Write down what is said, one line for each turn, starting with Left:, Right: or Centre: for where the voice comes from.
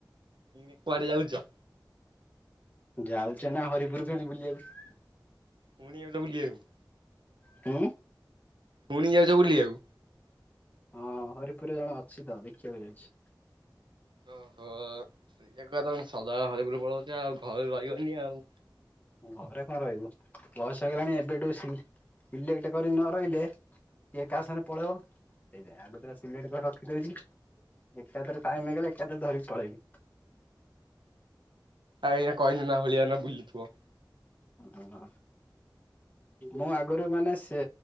Right: ଏଇନେ କୁଆଡ଼େ ଯାଉଛ?
Left: ଯାଉଛି ଏଇନା ହରିପୁର ଫେଣି ବୁଲିବାକୁ
Right: ପୁଣି ଯାଉଛ ବୁଲିବାକୁ?
Left: ହୁଁ
Right: ପୁଣି ଯାଉଛ ବୁଲିବାକୁ
Left: ହଁ ହରିପୁର ଜଣେ ଅଛି ତ ଦେଖିବାକୁ ଯାଉଛି
Right: ଓହୋ ସେକଥା କହୁନ ସଦାବେଳେ ହରିପୁର ପଳଉଛ ଆଉ ଘରେ ରହିବନି ଆଉ
Left: ଘରେ କଣ ରହିବୁ ବୟସ ହେଲାଣି ଏବେଠୁ ସିଲେଟ କରି ନ ରହିଲେ କିଏ କାହା ସାଙ୍ଗେ ପଳେଇବ ସେଇ ଆଗ ସିଲଟ ରଖିଦଉଛି ଏକଟାଥରେ ଟାଇମ୍ ହେଇଗଲେ ଏକାଥରେ ଧରିକି ପଳେଇବି
Right: ଆଉ ଏଇନା କହିଲୁ ନା ଭଳିଆ ନ ବୁଲିଥିବ
Left: ଆଲ ହା ମୁଁ ଆଗରୁ ମାନେ ସେ